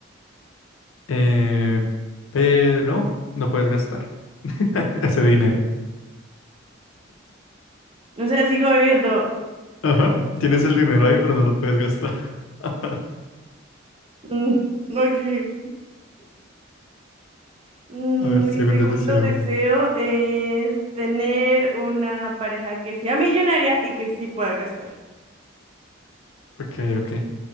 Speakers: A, on the left; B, on the right.
A: Eh, pero no puedes gastar <laughs> ese dinero.
B: O sea, sigo viviendo.
A: Ajá, tienes el dinero ahí, pero no lo puedes gastar. <laughs> A
B: Mm, ok. Mm,
A: ver, segundo
B: Mi segundo
A: deseo.
B: deseo es tener una pareja que sea millonaria y que sí pueda gastar.
A: Ok, ok.